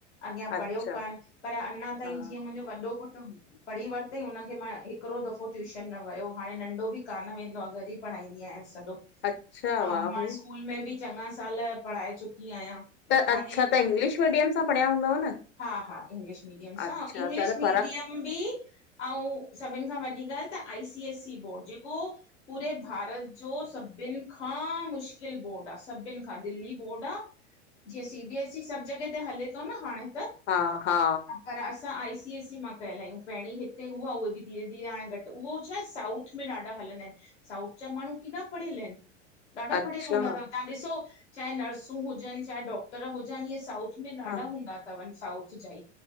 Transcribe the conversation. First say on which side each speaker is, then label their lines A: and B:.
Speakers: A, on the left; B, on the left.
A: अॻियां
B: अच्छा
A: पढ़ियो कान, पर अञा ताईं
B: हा
A: जीअं मुंहिंजो वॾो पुटु पढ़ी वरितईं, हुनखे मां हिकिड़ो दफ़ो ट्यूशन न वियो हाणे नंढो बि कान वेंदो आ घर ई पढ़ाईंदीयांस सॼो।
B: अच्छा!
A: आउ
B: वाह
A: मां
B: भई
A: स्कूल में बि चङा साल पढ़ाए चुकी आहियां।
B: त
A: हाणे
B: अच्छा, तां इंग्लिश मीडियम सां पढ़िया हूंदव न?
A: हा हा इंग्लिश मीडियम सां
B: अच्छा
A: इंग्लिश
B: त त
A: मीडियम
B: फ़र्क़ु
A: बि अउं सभिनि खां वॾी ॻाल्हि त I C S E board, जेको पूरे भारत जो सभिनि खां मुश्किल बोर्ड आ, सभिनि खां दिल्ली बोर्ड आ। जीअं सी बीएस ई सभ जॻह ते हले तो न हाणे।
B: हा हा
A: पर असां त आई सी एस ई मां कयल आहियूं, पहिरीं हिते हुआ उहे बि धीरे धीरे हाणे घटि उहो छाहे साउथ में ॾाढा हलंदा आहिनि। साउथ जा माण्हू केॾा पढ़ियल आहिनि। ॾाढा
B: अच्छा
A: पढ़ियल हूंदा तव, तव्हां ॾिसो चाहे नर्सूं हुजनि चाहे डॉक्टर हुजनि इहे साउथ में ॾाढा
B: हा
A: हूंदा तव साउथ जा ई